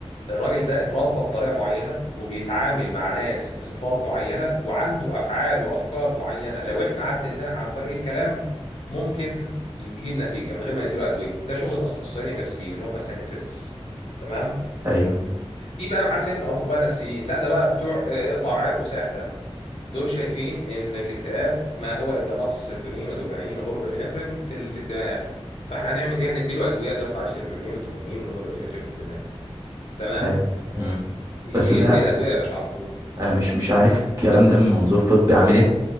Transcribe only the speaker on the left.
الراجل ده اتربى بطريقة معينة وبيتعامل مع ناس بصفات معينة وعنده أفعال وأفكار معينة لو إحنا عدلناها عن طريق الكلام ممكن يجيب نتيجة من غير ما نديله أدوية ده شغل الأخصائيين النفسيين اللي هم السايكاتريستس تمام
في بقى معلم الأطباء النفسيين لا ده بقى بتوع آه، قطع عرق وساح دم دول شايفين إن الاكتئاب ما هو إلا نقص سيروتونين ودوبامين ونورابينفرين في ال- في الدماغ فإحنا هنعمل إيه هنديله أدوية ترفع السيروتونين والدوبامين والنورابينفرين في الدماغ تمام
يدي
الادويه يا باشا على طول